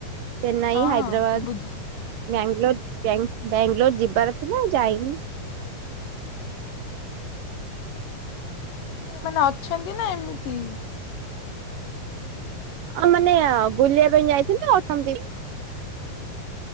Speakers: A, on the right; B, on the left.
A: ଚେନ୍ନାଇ,
B: ହଁ
A: ହାଇଦ୍ରାବାଦ।
B: ଶୁଭୁଛି ଶୁଭୁଛି
A: ବ୍ୟାଙ୍ଗୋଲୋର ବ୍ୟାଙ୍ଗ
B: ହୁଁ।
A: ବ୍ୟାଙ୍ଗୋଲୋର ଯିବାର ଥିଲା ଯାଇନି।
B: ଓ ହୋ କିଏ ମାନେ ଅଛନ୍ତି ନା ଏମିତି।
A: ହଁ ମାନେ ବୁଲିବା ପାଇଁ ଯାଇଥିଲି ତ ଅଛନ୍ତି।